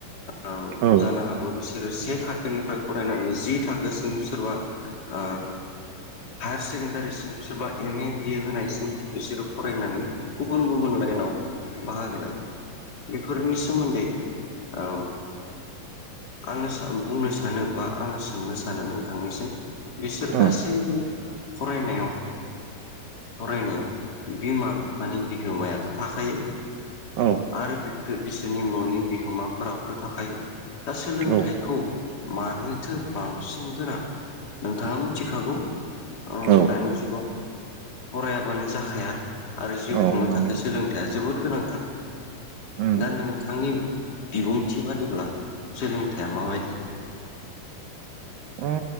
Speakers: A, on the left; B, on the right.
A: आम
B: औ
A: जानो हागौ बिसोरो से थाखोनिफ्राय फरायनानै जि थाखोसिम सोरबा ओ हायार सेकेण्डारिसिम सोरबा एम ए बिए होनायसिम बिसोरो फरायनानै गुबुन गुबुन लाइ लाइनाव बाहागो लायो बेफोरनि सोमोन्दै ओ आङो सा बुंनो सानो बा आङो सोंनो सानो नोंथांनिसिम बिसोर
B: औ
A: गासैबो फरायनायाव फरायनायाव बिमा बिफानि बिहोमायाथ' थाखायो
B: औ
A: आरो बिफो बिसोरनि न'नि बिहोमाफोराबोथ' थाखायो दा सोलोंथाइखौ
B: औ
A: मानोथो बांसिन गोनां? नोंथाङा मिथिखागौ ओ
B: औ
A: दानि जुगाव फरायाबानो जाखाया आरो जिउ
B: औ
A: खुंनो
B: नंगौ
A: थाखाय सोलोंथायाइया जोबोद गोनांथार
B: उम
A: दा नोंथांनि बिबुंथि बादिब्ला सोलोंथाइया माबायदि? <inaudible>
B: उम